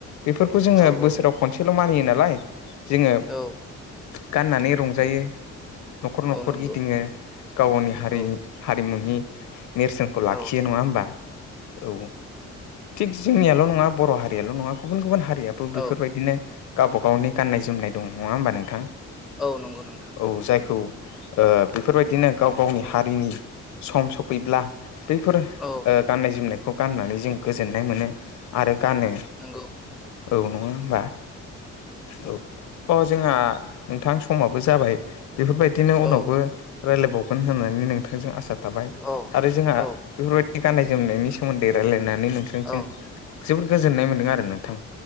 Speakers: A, on the left (about 70°); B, in the centre.
A: बेफोरखौ जोङो
B: औ
A: बोसोराव
B: औ नंगौ
A: खनसेल' मानियो नालाय जोङो
B: औ
A: गाननानै रंजायो न'खर न'खर
B: औ नंगौ
A: गिदिङो गाव गावनि हारिनि
B: औ
A: हारिमुनि नेरसोनखौ लाखियो
B: औ
A: नङा होमबा औ थिग जोंनियाल' नङा बर' हारियाल' नङा गुबुन गुबुन हारियाबो बेफोरबायदिनो
B: औ
A: गावबा गावनि गाननाय जोमनाय दं नङा होमबा नोंथां
B: औ नंगौ नोंथां
A: औ जायखौ ओ बेफोरबायदिनो गाव गावनि हारिनि सम सम फैब्ला बैफोर ओ
B: औ
A: गाननाय जोमनायखौ गाननानै जों गोजोननाय मोनो आरो गानो
B: नंगौ
A: औ नङा होमबा औ थ' जोंहा नोंथां समाबो जाबाय बेफोरबायदिनो उनावबो
B: औ
A: रायलायबावगोन होननानै नोंथांजों आसा थाबाय
B: औ
A: आरो जोंहा
B: औ
A: बेफोरबाय दि गाननाय जोमनायनि सोमोन्दै रायलायनानै नोंथांजों
B: औ
A: जोबोद गोजोननाय मोन्दों आरो नोंथां